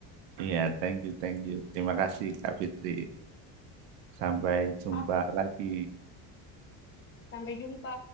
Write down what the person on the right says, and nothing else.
iya, thank you, thank you. Terima kasih, Kak Fitri. Sampai jumpa
lagi.